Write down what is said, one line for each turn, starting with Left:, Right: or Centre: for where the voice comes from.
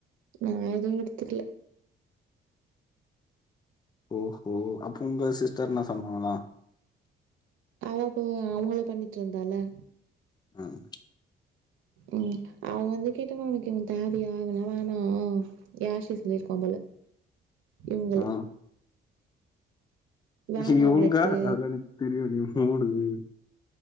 Right: நா எதுவு எடுத்துக்ல
Left: ஓஹோ அப்ப உங்க சிஸ்டர் என்னா சொன்னாங்களா
Right: அவ அப்போ அவங்கள பண்ணிட்டு இருந்தால
Left: ம்
Right: ம் அவங்க வந்து கேட்டோன ஒனக்கு இவன் தேவையா அவல்லா வேணா யாசி சொல்லிருக்காம் போல இவ்ங்கள
Left: ம்
Right: வேணா
Left: இவ்ங்க
Right: உனக்கு
Left: வேணானு எனக்கு தெரியுனு ஓடுது